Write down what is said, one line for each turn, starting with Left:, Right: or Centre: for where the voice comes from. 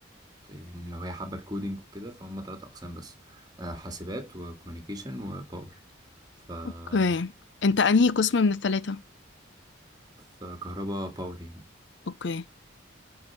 Right: ت... يعني لو هي حابة الكودينج وكده فهم تلات أقسام بس آه، حاسبات وكوميونيكيشن وباور فأنا
Left: اوكي انت انهي قسم من الثلاثه
Right: في كهربا باور يعني
Left: اوكي